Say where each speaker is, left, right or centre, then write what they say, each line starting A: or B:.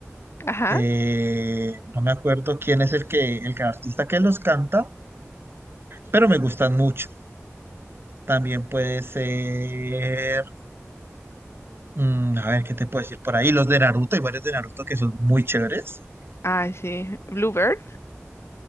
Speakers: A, on the left (about 55°); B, on the right (about 50°).
A: Ajá.
B: Eh, no me acuerdo quién es el que, el que- artista que los canta, pero me gustan mucho. También puede ser, mm, a ver, ¿qué te puedo decir por ahí? Los de Naruto, hay varios de Naruto que son muy chéveres.
A: Ay, sí. Bluebird.